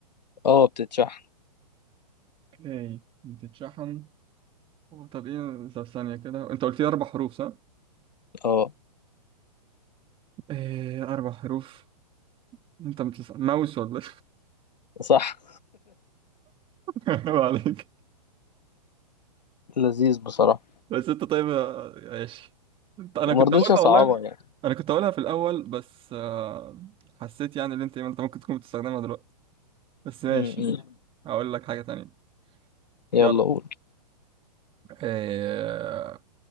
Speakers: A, on the left; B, on the right.
A: اه بتتشحن
B: اوكي بتتشحن أوه، طب ايه طب ثانية كده انت قلت لي اربع حروف صح؟
A: اه
B: ايه اربع حروف انت بتسأل ماوس ولا
A: صح
B: ايه؟ <laughs> عليك
A: لذيذ بصراحة
B: بس انت طيب آه، ماشي انت- انا
A: ومرضتش
B: كنت هقولها
A: اصعبها
B: والله
A: يعني
B: انا كنت هقولها في الاول بس آه، حسيت يعني ان انت انت ممكن تكون بتستخدمها دلوقتي بس ماشي
A: م-
B: ماشي
A: م.
B: هقول لك حاجة تانية
A: يلا
B: يلا
A: قول
B: آه،